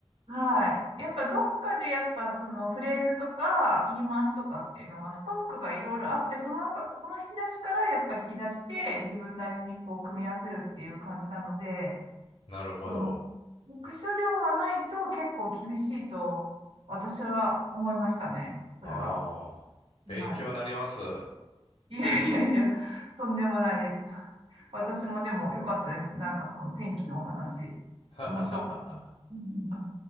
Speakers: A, on the right (about 65°); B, on the left (about 75°).
A: はい。やっぱどっかでやっぱそのフレーズとか言い回しとかっていうのはストックがいろいろあって、その、その引き出しからやっぱ引き出して自分なりにこう組み合わせるっていう感じなので、
B: なるほど。
A: その、読書量がないと結構厳しいと私は思いましたね。それは。
B: ああ、勉強になります。
A: はい。
B: <laughs> は
A: いやいやいや、とんでもないです。私もでも良かったです。なんかその天気のお話、
B: はははは。
A: 面白かった。<laughs>